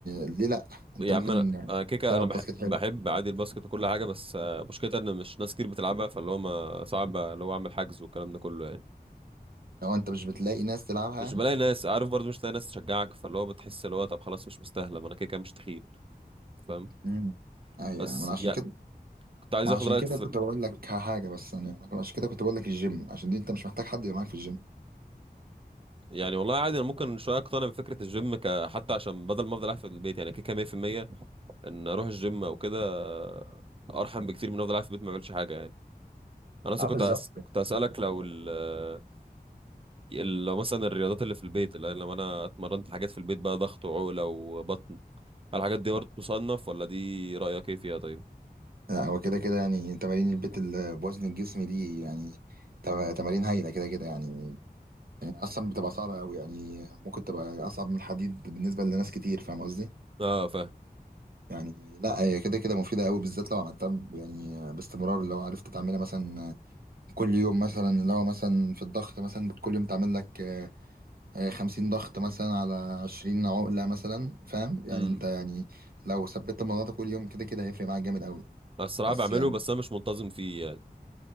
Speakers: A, on the right; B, on the right.
A: ليه لا انت
B: يا
A: ممكن
B: عم انا أنا كده كده
A: تلعب
B: انا بحب
A: باسكت
B: بحب
A: حلو
B: عادي الباسكت وكل حاجة بس آه، مشكلتها ان مش ناس كتير بتلعبها فاللي هو ما صعب اللي هو اعمل حجز والكلام ده كله يعني
A: لو انت مش بتلاقي ناس تلعبها
B: مش
A: يعني
B: بلاقي ناس عارف برضو مش لاقي ناس تشجعك فاللي هو بتحس اللي هو طب خلاص مش مستاهله ما انا كده كده مش تخين فاهم
A: امم ايوه
B: بس
A: يعني ما أنا عشان
B: يعني
A: كده
B: كنت عايز
A: ما
B: اخد
A: عشان
B: رايك
A: كده
B: في
A: كنت
B: ال-
A: بقول لك حاجة بس يعني أنا عشان كده كنت بقول لك الجيم عشان دي انت مش محتاج حد يبقى معاك في الجيم
B: يعني والله عادي انا ممكن شويه اقتنع بفكره الجيم ك حتى عشان بدل ما افضل قاعد في البيت يعني كده كده 100% ان اروح الجيم او كده آه، ارحم بكتير من افضل قاعد في البيت ما بعملش حاجه يعني انا اصلا
A: اه بالظبط
B: كنت أس... كنت اسالك لو ال... آه، ال- لو مثلا الرياضات اللي في البيت اللي لما انا اتمرنت حاجات في البيت بقى ضغط وعقله وبطن هل الحاجات دي برضه تصنف ولا دي رايك ايه فيها طيب
A: لا هو كده كده يعني تمارين البيت اللي بوزن الجسم دي يعني تم- تمارين هايلة كده كده يعني يعني أصلا بتبقى صعبة أوي يعني ممكن تبقى أصعب من الحديد بالنسبة لناس كتير فاهم قصدي؟
B: اه
A: يعني لا هي كده كده مفيدة أوي بالذات لو عملتها ب- يعني باستمرار لو عرفت تعملها مثلا كل يوم مثلا لو مثلا في الضغط مثلا كل يوم تعمل لك آه، آه، 50 ضغط مثلا على 20 عقلة مثلا فاهم؟ يعني
B: فاهم
A: أنت يعني لو ثبت الموضوع ده كل يوم كده كده هيفرق معاك جامد أوي
B: أنا الصراحة
A: بس
B: بعمله
A: يعني
B: بس أنا مش منتظم فيه يعني